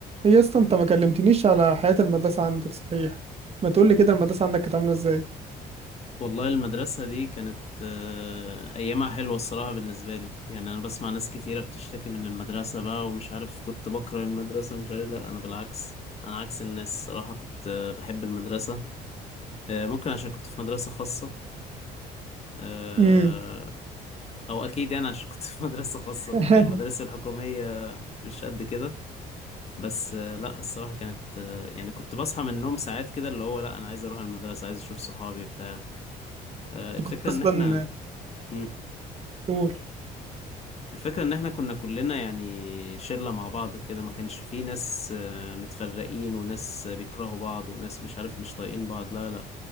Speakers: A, on the right; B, on the left.
A: هي اصلا انت ما كلمتنيش على حياة المدرسة عندك صحيح ما تقولي كده المدرسة عندك كانت عاملة ازاي
B: والله المدرسة دي كانت آه، أيامها حلوة الصراحة بالنسبة لي يعني أنا بسمع ناس كتيرة بتشتكي من المدرسة بقى ومش عارف كنت بكره المدرسة مش عارف لا أنا بالعكس أنا عكس الناس الصراحة كنت آه، بحب المدرسة آه، ممكن عشان كنت في مدرسة خاصة آه،
A: امم
B: أو أكيد يعني عشان كنت في <laughs> مدرسة خاصة
A: <laughs>
B: ممكن
A: انت
B: المدارس الحكومية مش قد كده بس آه، لا الصراحة كانت آه، يعني كنت بصحى من النوم ساعات كده اللي هو لا أنا عايز أروح المدرسة عايز أشوف صحابي بتاع آه، الفكرة
A: كنت اصلا
B: إن إحنا مم.
A: قول
B: الفكرة ان احنا كنا كلنا يعني شلة مع بعض كده ما كانش فيه ناس آه، متفرقين وناس بيكرهوا بعض وناس مش عارف مش طايقين بعض لا لا